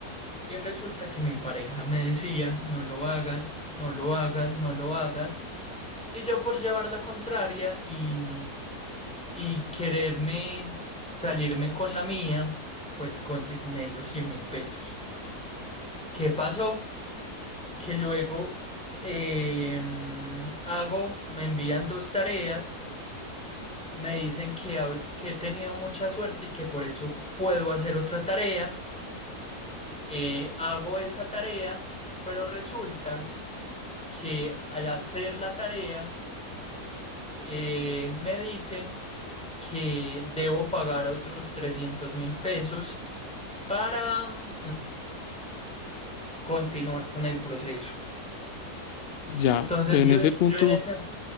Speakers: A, in the centre; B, on the left (about 85°).
A: y resulta que mi pareja me decía, no lo hagas, no lo hagas, no lo hagas. Y yo por llevar la contraria y, y quererme s- salirme con la mía, pues consigné los cien mil pesos. ¿Qué pasó? Que luego em, hago, me envían dos tareas. Me dicen que, hab- que he tenido mucha suerte y que por eso puedo hacer otra tarea. Eh, hago esa tarea, pero resulta que al hacer la tarea eh, me dicen que debo pagar otros trescientos mil pesos para mm, continuar con el proceso.
B: Ya,
A: Entonces
B: en
A: yo,
B: ese punto,
A: yo en ese...